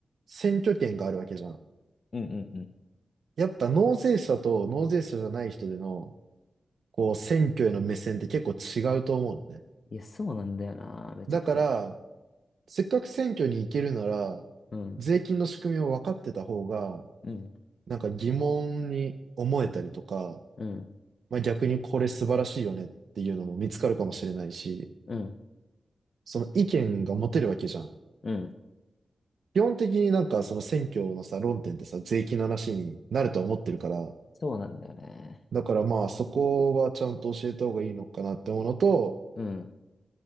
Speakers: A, on the right; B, on the left.
A: 選挙権があるわけじゃん。
B: うんうんうん。
A: やっぱ納税者と納税者じゃない人での、こう、選挙への目線って結構違うと思うのね。
B: いや、そうなんだよな。めちゃくちゃ。
A: だから、せっかく選挙に行けるなら、
B: うん。
A: 税金の仕組みを分かってた方が、
B: うん。
A: なんか疑問に思えたりとか、
B: うん。
A: まあ逆にこれ素晴らしいよねっていうのも見つかるかもしれないし、
B: うん。
A: その意見が持てるわけじゃん。
B: うん。
A: 基本的になんかその選挙のさ、論点ってさ、税金の話になるとは思ってるから、
B: そうなんだよね。
A: だからまあそこはちゃんと教えた方がいいのかなってものと、
B: うん。